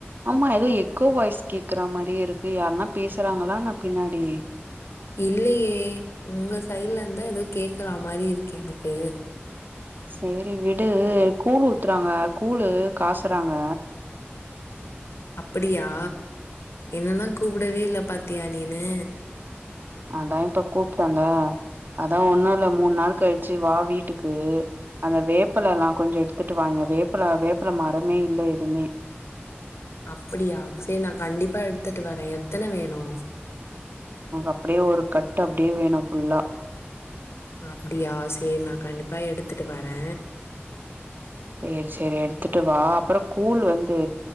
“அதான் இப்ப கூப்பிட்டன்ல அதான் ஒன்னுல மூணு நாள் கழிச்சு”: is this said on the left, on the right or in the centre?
Right